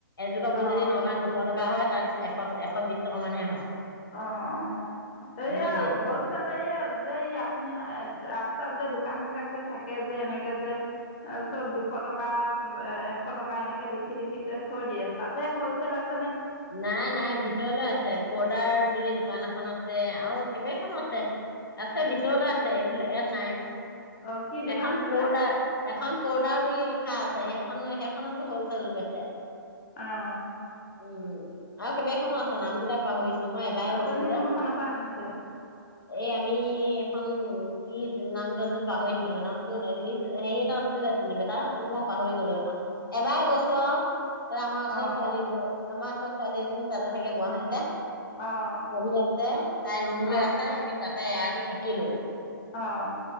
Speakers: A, on the left; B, on the left.
A: এযোৰ কাপোৰ
B: অঁ
A: যদি নগাঁৱত দুশ টকা হয়। তাত এশ এশ বিশ টকা মানহে হয়।
B: অ -অ এইয়া
A: ইমান ৰেট
B: হ'লচেল
A: কম
B: এই যে আপুনি তাত যে দোকান বিলাক যে থাকে যে এনেকে যে অ চব দুশ টকা। উ এশ টকা এনেকে লিখি -লিখি যে থৈ দিয়ে তাতে হ'লচেল আছে।
A: নাই -নাই ভিতৰলৈ আছে পৰ্দাৰ বুলি দোকান। দোকান এখন আছে আৰু কেইবাখনো আছে। আছে ভিতৰলৈ
B: কি
A: আছে এইবিলাক ইয়াত নাই
B: অঁ কি দোকান
A: এখন
B: বোলে
A: পৰ্দাৰ এখন পৰ্দাৰ বুলি লিখা আছে সেইখনো সেইখনতো হলচেল বেচে।
B: অ '
A: উম। আৰু কেইবাখনো আছ নাম কেইটা পাহৰিছো মই এবাৰ
B: আপুনি
A: গৈছো যে।
B: কোনখনৰ পৰা আনিছে
A: এই আমি এখন কি নামটো আছিল পাহৰি থাকিলো নামটো লিষ্ট হেৰি এটা আছিল চিপটা কিন্তু মই পাহৰি 'গলো এখন এবাৰে গৈছো আও। ত আমাৰ ওচৰ
B: অঁ
A: ছোৱালী ব আমাৰ ওচৰ ছোৱালীজনী তাতে থাকে গুৱাহাটীতে
B: অঁ
A: পঢ়ি আছে তাই ৰুম লৈ
B: অঁ
A: আছে আমি তাত এয়াটি থাকিলো
B: অঁ